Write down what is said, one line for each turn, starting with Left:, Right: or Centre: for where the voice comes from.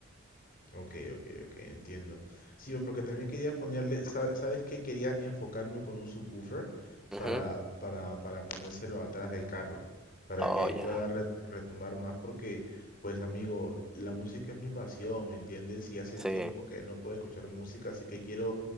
Left: Ok, ok, ok, entiendo. Sí, pues, porque también quería ponerle, sa- ¿sabes qué? Quería enfocarme con un subwoofer
Centre: Ujú.
Left: para, para, para ponérselo atrás del carro, para
Centre: Oh,
Left: que ahí
Centre: ya.
Left: pueda re- retumbar más, porque, pues amigo, la música es mi pasión, ¿me entiendes? Y hace
Centre: Sí,
Left: tiempo que no puedo escuchar música, así que quiero